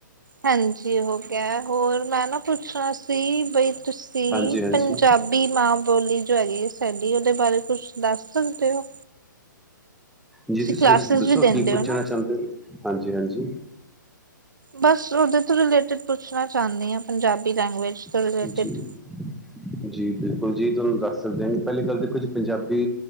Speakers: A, on the right; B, in the centre.
A: ਹਾਂਜੀ ਹੋ ਗਿਆ ਹੋਰ ਮੈਂ ਨਾ ਪੁੱਛਣਾ ਸੀ ਬਈ ਤੁਸੀਂ
B: ਹਾਂਜੀ ਹਾਂਜੀ
A: ਪੰਜਾਬੀ ਮਾਂ ਬੋਲੀ ਜੋ ਹੈਗੀ ਏ ਨੀ ਉਹਦੇ ਬਾਰੇ ਕੁਛ ਦੱਸ ਸਕਦੇ ਹੋ
B: ਜੀ ਤੁਸੀਂ
A: ਕਲਾਸਿਸ
B: ਦੱਸ ਦੱਸੋ
A: ਵੀ ਦਿੰਦੇ
B: ਕੀ ਪੁੱਛਣਾ
A: ਹੋ ਨਾ
B: ਚਾਹੁੰਦੇ ਹੋ ਹਾਂਜੀ ਹਾਂਜੀ
A: ਬਸ ਉਹਦੇ ਤੋਂ ਰਿਲੇਟਿਡ ਪੁੱਛਣਾ ਚਾਹੁੰਦੀ ਹਾਂ ਪੰਜਾਬੀ ਲੈਂਗੁਏਜ
B: <unintelligible>
A: ਤੋਂ ਰਿਲੇਟਿਡ
B: ਜੀ ਬਿਲਕੁਲ ਜੀ ਤੁਹਾਨੂੰ ਦੱਸ ਸਕਦੇ ਹ ਪਹਿਲੀ ਗੱਲ ਵੀ ਕੁੱਝ ਪੰਜਾਬੀ